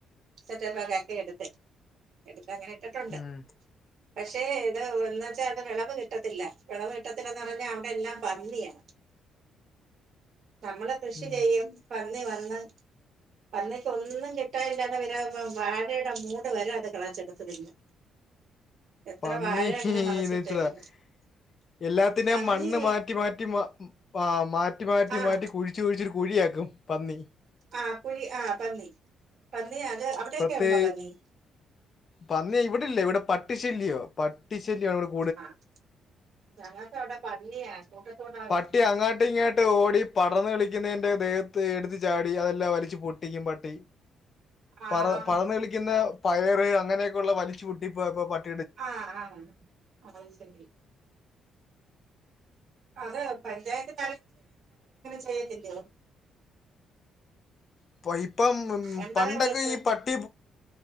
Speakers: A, on the right (about 60°); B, on the left (about 45°).
A: സെറ്റപ്പൊക്കാക്കി എടുത്ത് എടുത്തങ്ങനെ ഇട്ടിട്ടൊണ്ട്
B: ഉം
A: പക്ഷെ എന്ന് വെച്ചാ അത് വെളവ് കിട്ടത്തില്ല വെളവ് കിട്ടത്തില്ലെന്ന് പറഞ്ഞാ അവിടെ എല്ലാം പന്നിയാ നമ്മള് കൃഷി
B: ഉം
A: ചെയ്യും പന്നി വന്ന് പന്നിക്ക് ഒന്നും കിട്ടാൻ ഇല്ലാതെ വരുമ്പോ വാഴേടെ മൂട് വരെ അത് കെളച്ചെടുത്ത് തിന്നും എത്ര
B: ച്ച
A: വാഴ
B: <unintelligible>
A: അങ്ങനെ മറിച്ചിട്ടേക്കുന്നു
B: എല്ലാത്തിൻ്റേം
A: പന്നി
B: മണ്ണ് മാറ്റി മാറ്റി മാറ്റി മാ ആഹ് മാറ്റി മാറ്റി
A: ആഹ്
B: മാറ്റി കുഴിച്ചു കുഴിച്ചൊരു കുഴിയാക്കും പന്നി
A: ആഹ് കുഴി ആഹ് പന്നി പന്നി അത് അവിടെയൊക്കെ
B: പ്രത്യേ
A: ഉണ്ടോ പന്നി
B: പന്നി ഇവിടില്ല ഇവിടെ പട്ടിശല്യാ പട്ടിശല്യാങ്ങട് കൂ
A: ആഹ് ഞങ്ങക്കവിടെ പന്നിയാ കൂട്ടത്തോടാ വരുന്നത്
B: പട്ടി അങ്ങാട്ട് ഇങ്ങാട്ട് ഓടി പടർന്ന് കളിക്കണേൻ്റെ ദേഹത്ത് എടുത്ത് ചാടി അതെല്ലാം വലിച്ച് പൊട്ടിക്കും പട്ടി
A: ആഹ്
B: പറ പടർന്ന് കിളിക്കുന്ന പയറ് അങ്ങനെക്കെ ഒള്ള വലിച്ച് പൊട്ടിപ്പ ഇപ്പൊ പട്ടി
A: ആഹ് ആഹ് ആഹ് ശരി <unintelligible> ചെയ്യത്തില്ലോ
B: ഇപ്പൊ ഇപ്പം ഉം,
A: എന്താണ്
B: പണ്ടൊക്കെ
A: വിളിച്ചേ?
B: ഈ പട്ടി